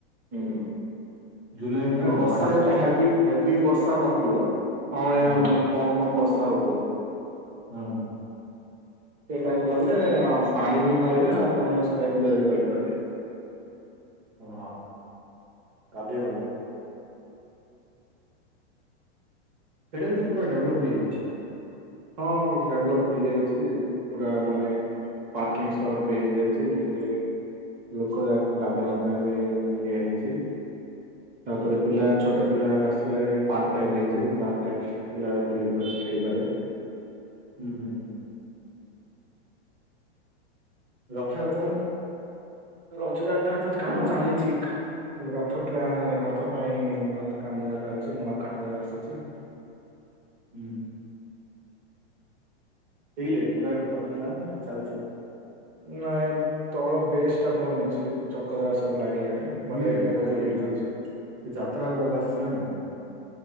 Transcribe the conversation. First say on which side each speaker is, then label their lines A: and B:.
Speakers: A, on the right; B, on the right.
A: ହୁଁ
B: ଜୁଲାଇ ଏଣ୍ଡରେ
A: ମାନେ
B: କଣ
A: ବର୍ଷା
B: ପାଣି ହୁଁ
A: ସେତ ହେଭି ହେଭି ବର୍ଷା ନଥିବ କଳିଆ
B: ହୁଁ
A: ମାନେ କମ କମ ବର୍ଷା ହଉଥିବ
B: ହଁ।
A: ସେ ଟାଇ ଗଲେ ଆ ପାଣି ବି ପାଇବେ ଆପଣ ସେ ଟାଇ କରିପାରିବେ
B: ହ କାବେ ସେଇଟା ବ ତ ପୁରା ଡେଭଲପ ହେଇଯାଇଛି
A: ହଁ ଡେଭଲପ ହେଇଯାଇଛି ପୁରା ମାନେ ପାର୍କିଂ ସ୍ଲଟ ବି ହେଇଯାଇଛି ସେଠ ଲୋକ ଯାହାକୁ ଗାଧେଇବା ପାଇଁ ବି ଇଏ ହେଇଛି ତାପରେ ପିଲା ଛୋଟ ପିଲା ଯା ଆସ ପାର୍କ ଟାଇମ ହେଇଛି ପାର୍କ ଟାଇମ ରେ ସେଠି ପିଲା ବୁଲ ପାରେ ଖେଳିପାରେ
B: ହୁଁ ହୁଁ ହୁଁ। ଲକ୍ଷ ଭିତରେ
A: ରଥଯାତ୍ରା ତ କାମ ଚାଲିଛି ରଥ ଟା ରଥ ପାଇଁ ରଥ କାମୁ ରେ ଚାଲିଛି ନୂଆ କାଠିିବାକୁ ଆସିଛି।
B: ହୁଁ ସେଇ ଲ ପୁରା ବନ ଲୁ ମୁଁ ଚାଲଛୁ
A: ନାଇଁ ତଳ ବେଶ ଟା ବନୁଛି ଚକଜାର ସବୁ ଲାଗିଲାଣି। ନ ଉପରେ
B: ଇଏ କଣ କହୁଥିଲି
A: ଇଏଟା
B: ସେ ସେ ଯାତ୍ରା ଗୁଡାକ ଆସିଥିଲା ନାଇଁ